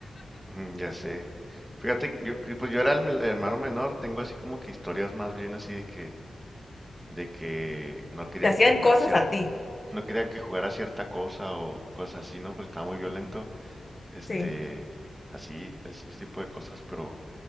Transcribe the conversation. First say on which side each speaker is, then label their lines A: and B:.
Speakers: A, on the right; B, on the left.
A: Mm, Ya sé. Fíjate que yo, que, pues yo era el, me- el hermano menor, tengo así como que historias más bien así de que de que no querían
B: Te hacían
A: que jugara
B: cosas
A: cierta,
B: a ti.
A: no querían que jugara cierta cosa o o cosas así, ¿no? Pues estaba muy violento, este,
B: Sí.
A: así, es- ese tipo de cosas, pero,